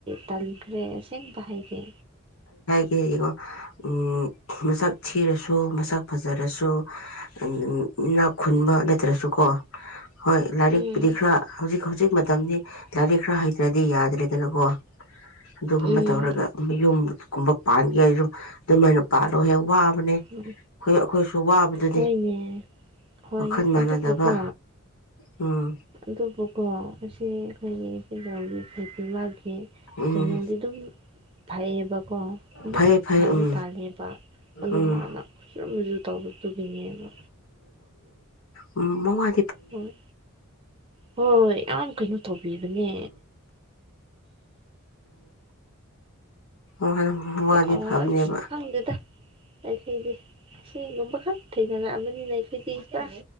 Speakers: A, on the right (about 25°); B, on the left (about 75°).
A: ꯇꯜꯂꯦ ꯔꯦ ꯑꯁꯦꯡꯕ ꯍꯥꯏꯒꯦ
B: ꯀꯩꯒꯤꯅꯣ ꯎꯝ ꯃꯁꯛ ꯊꯤꯔꯁꯨ ꯃꯁꯛ ꯐꯖꯔꯁꯨ ꯎꯝ ꯏꯅꯥꯛ ꯈꯨꯟꯕ ꯅꯠꯇ꯭ꯔꯁꯨꯀꯣ ꯍꯣꯏ ꯂꯥꯏꯔꯤꯛꯄꯨꯗꯤ
A: ꯎꯝ
B: ꯈꯔ ꯍꯧꯖꯤꯛ ꯍꯧꯖꯤꯛ ꯃꯛ ꯃꯇꯝꯗꯤ ꯂꯥꯏꯔꯤꯛ ꯈꯔ ꯍꯩꯇ꯭ꯔꯗꯤ ꯌꯥꯗ꯭ꯔꯦꯗꯅꯀꯣ ꯑꯗꯨꯒꯨꯝꯕ
A: ꯎꯝ
B: ꯇꯧꯔꯒ ꯃꯩꯌꯨꯝ ꯒꯨꯝꯕ ꯄꯥꯟꯒꯦꯍꯥꯏꯖꯨ ꯑꯗꯨꯃꯥꯏꯅ ꯄꯥꯜꯂꯣꯍꯦ ꯋꯥ ꯕꯅꯦ
A: ꯎꯝ
B: ꯍꯣꯏ ꯑꯈꯣꯏꯁꯨ ꯋꯥꯕꯗꯨꯗꯤ
A: ꯍꯣꯏꯅꯦ ꯍꯣꯏ
B: ꯋꯥꯈꯜ ꯃꯥꯟꯅꯗꯕ
A: ꯑꯗꯨꯕꯨꯀꯣ
B: ꯎꯝ
A: ꯑꯗꯨꯕꯨꯀꯣ ꯑꯁꯤ <unintelligible> <unintelligible>
B: ꯎꯝ
A: ꯀꯩꯅꯣꯗꯤ ꯑꯗꯨꯝ ꯐꯩꯌꯦꯦꯕꯀꯣ ꯑꯗꯨꯝ
B: ꯐꯩ ꯐꯩ
A: ꯇꯥꯟꯁꯨ
B: ꯎꯝ
A: ꯇꯥꯜꯂꯦꯕ ꯑꯗꯨꯣ
B: ꯎꯝ
A: ꯃꯥꯅ ꯈꯨꯁꯨ ꯃꯁꯨ ꯇꯕꯨ ꯇꯨꯉꯕ
B: ꯃꯃ
A: ꯍꯣꯏ ꯍꯣꯏ ꯌꯥꯝ ꯀꯩꯅꯣ ꯇꯧꯕꯤꯕꯅꯦ
B: ꯍꯝ ꯅ ꯋꯥꯗꯤ
A: ꯑꯁ
B: ꯐꯕꯅꯦꯕ
A: ꯈꯪꯗꯦꯗ ꯑꯩꯈꯣꯏꯗꯤ ꯑꯁꯤꯒꯨꯝꯕ ꯍꯥꯞ ꯊꯦꯡꯅ ꯑꯃꯕꯅꯤꯅ ꯑꯗꯨ ꯆ